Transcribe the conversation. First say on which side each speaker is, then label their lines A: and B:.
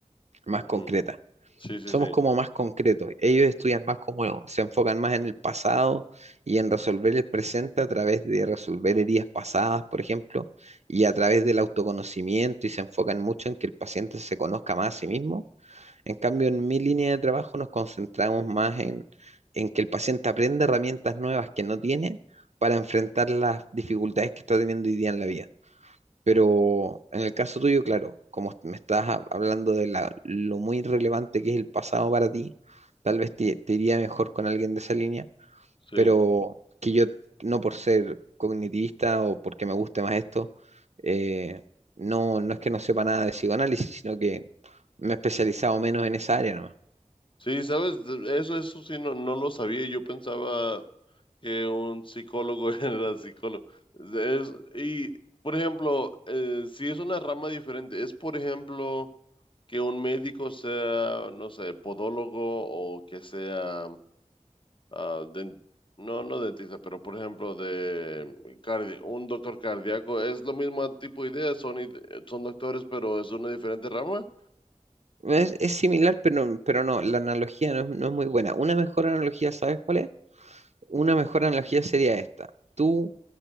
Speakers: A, on the right (about 60°); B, on the left (about 40°).
A: más
B: Mm,
A: concreta.
B: Sí, sí,
A: Somos
B: sí,
A: como más concretos. Ellos estudian más como, se enfocan más en el pasado y en resolver el presente a través de resolver heridas pasadas, por ejemplo, y a través del autoconocimiento y se enfocan mucho en que el paciente se conozca más a sí mismo en cambio, en mi línea de trabajo nos concentramos más en, en que el paciente aprenda herramientas nuevas que no tiene para enfrentar las dificultades que está teniendo hoy día en la vida. Pero en el caso tuyo, claro, como me estás ha- hablando de la- lo muy relevante que es el pasado para ti, tal vez te, te iría mejor con alguien de esa línea,
B: sí.
A: pero que yo, no por ser cognitivista o porque me guste más esto, eh, no, no es que no sepa nada de psicoanálisis, sino que me he especializado menos en esa área, ¿no?
B: Sí, sabes, De- eso, eso sí, no, no lo sabía. Yo pensaba que un psicólogo <laughs> era psicólogo. Es, y, por ejemplo, eh, si es una rama diferente, es, por ejemplo, que un médico sea, no sé, podólogo o que sea, ah, den- no, no dentista, pero, por ejemplo, de cardi- un doctor cardíaco, es lo mismo tipo de idea, son, ide- son doctores, pero es una diferente rama.
A: Es, es similar, pero, pero no, la analogía no es, no es muy buena. Una mejor analogía, ¿sabes cuál es? Una mejor analogía sería esta. Tú